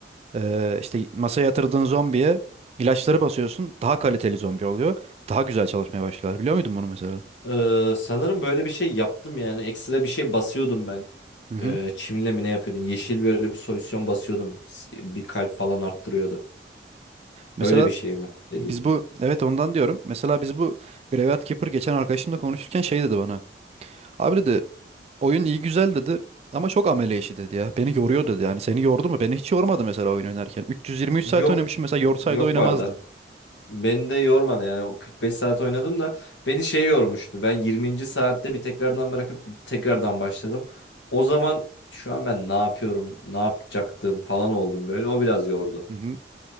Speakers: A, on the right; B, on the left.
A: e, işte masaya yatırdığın zombiye ilaçları basıyorsun. Daha kaliteli zombi oluyor. Daha güzel çalışmaya başlıyorlar. Biliyor muydun bunu mesela?
B: Ee, sanırım böyle bir şey yaptım yani ekstra bir şey basıyordum ben.
A: Hı hı.
B: Ee, çimle mi ne yapıyordun? Yeşil böyle bir solüsyon basıyordum. S- Bir kalp falan arttırıyordu.
A: Mesela
B: Öyle bir şey mi dediğin?
A: biz bu evet ondan diyorum. Mesela biz bu Graveyard Keeper geçen arkadaşımla konuşurken şey dedi bana. Abi dedi oyun iyi güzel dedi ama çok amele işi dedi ya. Beni yoruyor dedi yani. Seni yordu mu? Beni hiç yormadı mesela oyun oynarken. 323
B: Yok
A: saat oynamışım mesela yorsaydı
B: yok
A: oynamazdım.
B: barda. Beni de yormadı yani o 45 saat oynadım da beni şey yormuştu. Ben 20. saatte bir tekrardan bırakıp tekrardan başladım. O zaman şu an ben ne yapıyorum, ne yapacaktım falan oldum böyle. O biraz yordu.
A: Hı hı.